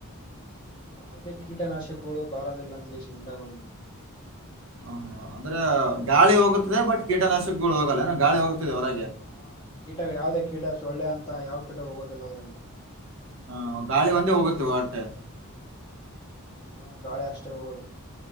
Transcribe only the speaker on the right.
ಹಾ ಅಂದ್ರೆ ಗಾಳಿ ಹೋಗ್ತಿದೆ ಬಟ್ ಕೀಟನಾಶಕಗಳು ಹೋಗಲ್ಲ ಗಾಳಿ ಹೋಗ್ತದೆ ಹೊರ
ಹಾ ಗಾಳಿ ಒಂದೇ ಹೋಗುತ್ತೆ ಹೊಟ್ಟೆ